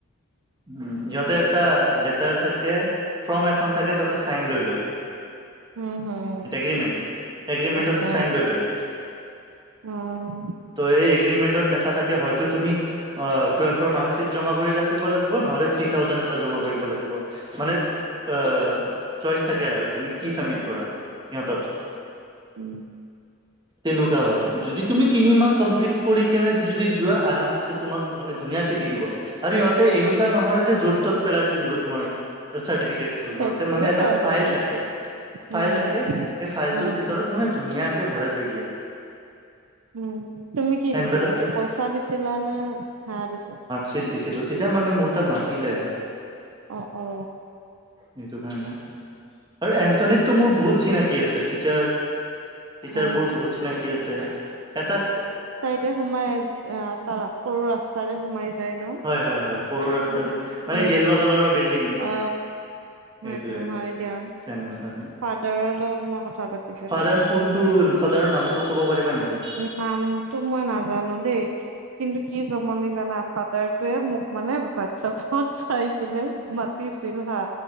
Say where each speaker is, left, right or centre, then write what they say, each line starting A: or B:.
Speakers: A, on the right; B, on the right.
A: উম, সিহঁতে এটা লেটাৰ থাকে, ফৰ্ম এখন থাকে, তাতে চাইন লৈ লয়।
B: উম, হম,
A: এগ্ৰীমেণ্ট, এগ্ৰীমেণ্টট,
B: আচ্ছা
A: চাইন লৈ লয়।
B: উম,
A: ত, এই এগ্ৰিমেণ্টত, লেখা থাকে হয়তো তুমি টুয়েলভৰ ৰ্মাকছিট জমা কৰি ৰাখিব লাগিব, নহ'লে থ্ৰী থাউজেণ্ড এটা জমা কৰিব লাগিব। মানে অহ, চইচ থাকে আৰু তুমি কি চাবমিট কৰা সহ'তক।
B: উম,
A: তেনেকুৱা হয়, যদি তুমি তিনিমাহ কমপ্লিট কৰি কেনে যদি যোৱা আৰামচে তোমাক মানে ধুনীয়াকে দি দিব, আৰু ইিহঁতে এনেকুৱা নহয় যে য'ত-ত'ত পেলাই থৈ দিব তোমাৰ চাৰ্টিফিকেট টো,
B: চেফটিয়ে
A: সহঁতে মানে এটা
B: হয়
A: ফাইল
B: বাৰু
A: থাকে,
B: উম
A: ফাইল থাকে। এই, ফাইলটোৰ
B: উম
A: ভিতৰত মানে ধুনীয়াকে ভৰাই থৈ দিয়ে।
B: উম, তুমি কি দিছিলা,
A: এনভেলপ টাইপত
B: পইচা দিছিলা নে, হেয়া দিছা?
A: ছিত দিছিলো, তেতিয়া মানে মোৰ তাত নাছিলে।
B: অ, অ,
A: সেইটো কাৰণে, আৰু এন্থনিতটো মোৰ বহুত ত, চিনাকি আছে টিচাৰ, টিচাৰ বোৰ
B: অ
A: বহুত চিনাকি আছে। এটা
B: তে, সোমাই আহ, তাৰ সৰু ৰাস্তাৰে সোমাই যায় ন?
A: হয়, হয়, হয়, সৰু ৰাস্তা
B: উম
A: দি মানে, য়েল্ল' কালাৰৰ বিল্ডিং।
B: অ সেইটো
A: এইটোয়ে
B: হয় দিয়া,
A: চেন এন্থনী
B: ফাদাৰৰ লগত মই কথা পাতিছিলো।
A: ফাদাৰ কোনটো, ফাদাৰৰ নামটো ক'ব পাৰিবা নেকি?
B: নামটো মই নাজানো দেই, কিন্তু কি জমনি জানা, ফাত অডাৰটোয়ে মোক মানে, হোৱাটছপত চাই কিনে মাতিছিল হা।